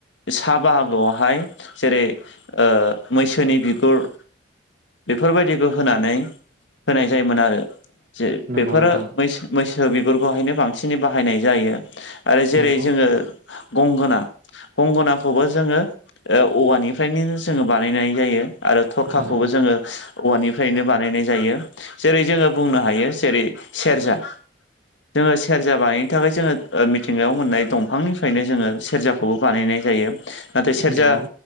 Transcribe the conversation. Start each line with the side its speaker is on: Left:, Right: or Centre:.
Left: सा बाहागोआवहाय जेरै ओ मैसोनि बिगुर बेफोर बायदिखौ होनानै होनाय जायोमोन आरो जे
Right: नंगौ
Left: बेफोरो
Right: नोंथां
Left: मैसो मैसो बिगुरखौहायनो बांसिनै बाहायनाय जायो आरो जेरै
Right: नंगौ
Left: जोङो गंगोना गंगनाखौबो जोङो ओ औवानिफ्रायनो जोङो बानायनाय जायो आरो थरखाखौबो
Right: नंगौ
Left: जोङो औवानिफ्रायनो बानायनाय जायो जेरै जोङो बुंनो हायो जेरै सेरजा जोङो सेरजा बानायनो थाखाय जोङो ओ मिथिंगायाव मोननाय दंफांनिफ्रायनो जोङो सेरजा खौबो बानायनाय जायो नाथाय सेरजा
Right: नंगौ